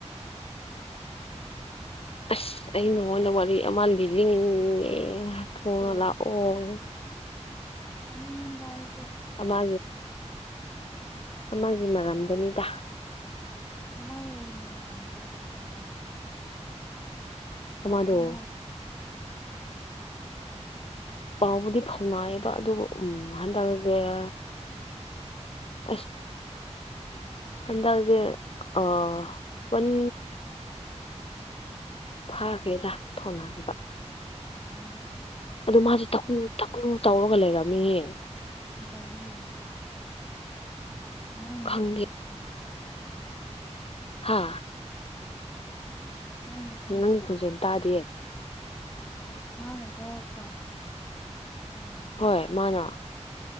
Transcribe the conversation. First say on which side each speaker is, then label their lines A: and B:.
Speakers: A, on the left; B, on the left.
A: ꯑꯁ ꯑꯩ ꯅꯉꯣꯟꯗ ꯋꯥꯔꯤ ꯑꯃ ꯂꯤꯅꯤꯡꯉꯦ ꯊꯨꯅ
B: ꯀꯔꯤ
A: ꯂꯥꯛꯑꯣ
B: ꯇꯥꯅꯤꯡꯉꯤꯕ ꯑꯩꯁꯨ
A: ꯃꯥ ꯃꯥꯒꯤ ꯃꯔꯝꯗꯨꯅꯤꯗ
B: ꯑꯥꯏꯅꯤꯕꯤ ꯇ ꯄꯨ ꯄꯥꯎ
A: ꯑꯃꯗꯣ
B: ꯍꯥꯎꯅ
A: ꯄꯥꯎꯕꯨꯗꯤ ꯐꯥꯎꯅꯥꯏꯌꯦꯕ ꯑꯗꯨꯕꯨ ꯎ ꯍꯥꯟꯗꯕꯒ ꯑꯁ ꯑꯗꯦ ꯑꯟꯟ ꯐꯥꯈ꯭ꯔꯦꯗ ꯊꯣꯟꯅꯕ
B: ꯑ
A: ꯑꯗꯨꯗ ꯃꯥꯁꯦ ꯊꯛꯨ ꯆꯥꯎꯔꯒ ꯂꯩꯔꯝꯃꯤꯍ
B: ꯀꯗꯧꯕꯒꯤ ꯃꯥꯥ ꯅꯊꯔꯄ
A: ꯈꯪꯗꯦ ꯍꯥ
B: ꯃꯥꯅ ꯐꯥꯎꯔꯛꯄ꯭ꯔꯥ
A: ꯅꯪꯒꯤ ꯈꯣꯟꯖꯦꯜ ꯇꯥꯗꯌꯦ
B: ꯃꯥꯅ ꯐꯔꯛꯄ꯭ꯔ ꯑꯣ
A: ꯍꯣꯏ ꯃꯥꯅ